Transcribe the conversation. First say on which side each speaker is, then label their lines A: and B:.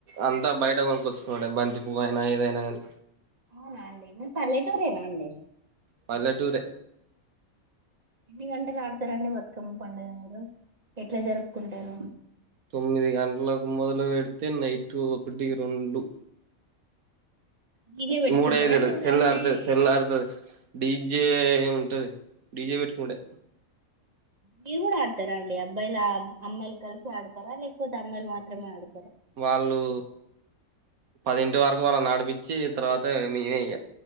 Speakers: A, on the right; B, on the right.
A: అంతా బయట కొకొచ్చుకున్నాంటే బంతి పువ్ అయినా ఏదైనా కానీ
B: అవునా అండి మీరు పల్లెటూరేనా అండి
A: పల్టూర
B: ఎన్ని గంటలు ఆడతారండి బతుకమ్మ పంండగ మీరు ఎట్లా జరుపుకుంటారు
A: తొమ్మిది గంటలకు మొదలు పెడితే నైట్ ఒకటి రెండు
B: డీజే పెట్టుకుంటారా
A: మూడయిదులు
B: లేదంటే
A: తెల్లార్తది తెల్లార్తది డీ జే ఉంటది డీ జే పెట్టుకుండే
B: మీరు కూడా ఆడతారా అండి అబ్బాయిలు అమ్మాయిలు కలిసి ఆడతారా లేకపోతే అమ్మాయిలు మాత్రమే ఆడు
A: వాళ్ళు పదింటి వరకు వాళ్ళను ఆడిపిచ్చి తర్వాత మేమే ఇగ